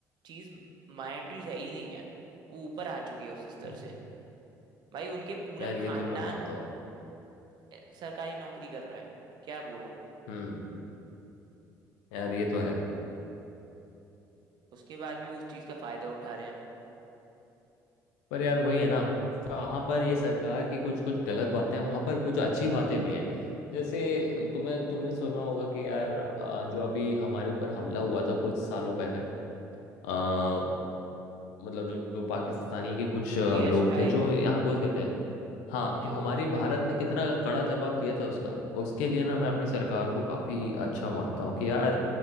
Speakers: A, on the right; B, on the left.
A: चीज माइनॉरिटी है ही नहीं है वो ऊपर आ चुकी है उस स्तर
B: हम्म,
A: से भाई उनके पूरा
B: यार ये
A: खानदान
B: तो मैं मानता हूँ
A: अ, सरकारी नौकरी कर रहा है क्या बोलो
B: हम्म यार ये तो है
A: उसके बाद भी वो उस चीज का फायदा उठा रहे हैं
B: पर यार वही है ना कहाँ पर ये सरकार की कुछ कुछ गलत बातें हैं वहां पर कुछ अच्छी बातें भी हैं जैसे तुम्हें तुमने सुना होगा कि यार आ, जो अभी हमारे ऊपर हमला हुआ था कुछ सालों पहले आ, मतलब जो, जो पाकिस्तानी के कुछ आ,
A: Air
B: लोग
A: strike
B: थे जो यहाँ घुस गए थे हाँ
A: जो
B: तो हमारे भारत ने कितना कड़ा जवाब दिया था उसका उसके लिए ना मैं अपनी सरकार को काफी अच्छा मानता हूँ कि यार